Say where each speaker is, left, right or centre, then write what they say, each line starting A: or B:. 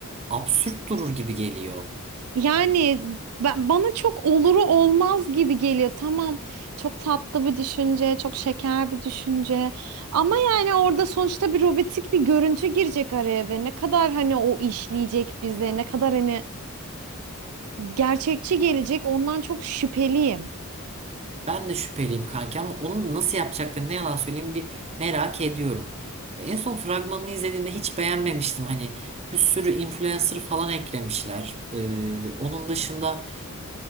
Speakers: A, on the right (about 30°); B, on the right (about 80°).
A: Absürt durur gibi geliyor.
B: Yani ben, bana çok oluru olmaz gibi geliyor. Tamam, çok tatlı bir düşünce, çok şeker bir düşünce. Ama yani orada sonuçta bir robotik bir görüntü girecek araya ve ne kadar hani o işleyecek bize, ne kadar hani gerçekçi gelecek ondan çok şüpheliyim.
A: Ben de şüpheliyim kanka ama onu nasıl yapacaklarını ne yalan söyleyeyim bir merak ediyorum. En son fragmanını izlediğimde hiç beğenmemiştim. Hani bir sürü influencer falan eklemişler. Ee, onun dışında